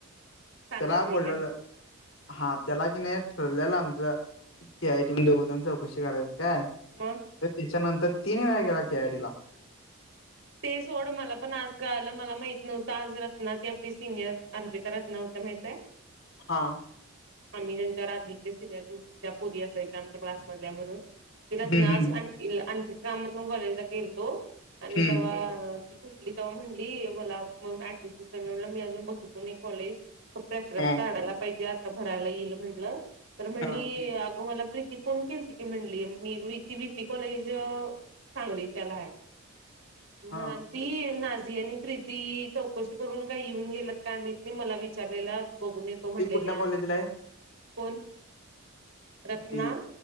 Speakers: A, on the right (about 65°); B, on the left (about 60°).
A: सांगत
B: तेला
A: नाही
B: बोोलल.
A: काय
B: हा त्याला की नाही ठरलेलं आमचं की आयटी दजण चौकशी करायची का
A: मग
B: तर त्याच्यानंतर तिन वेळा गेला कॅयारी ला
A: ते सोड मला पण आजगा आलं मला माहित नव्हतं आज रत्ना ते आपली सिनियर अर्पिता रत्ना होत माहित आहे
B: हा
A: आम्ही त्यांच्या रधीचे सिनियर दोघी ज पुरी असायच्या आमच्या क्लासमधल्या म्हणून त रत्ना
B: हम्म
A: आज आण आणखीच काम त कॉलेजला गेलतो. आणि
B: हम्म हम्म
A: तेव्हा ती भेटली तेव्हा म्हणटली मला मग ऍडमिशन म्ह मी अजून बघितलो नाही कॉलेज प्रेफरन्स
B: हा
A: काढायला पाहिजे आता भरायला येईल म्हणलं तर म्हणली
B: हा
A: अग मला प्रीती फोन केली त की म्हणली मी ती वहीपी कॉलेज सांगलीच्याला आहे त्
B: हा
A: ती नाझी आणि प्रीती चौकशी करून काय येऊन गेलत काय माहीत नाही मला विचारलेला बघून येत. त म्हणलेल्या
B: ती कुठल्या कॉलेजला आहे
A: कोण रत्ना
B: ती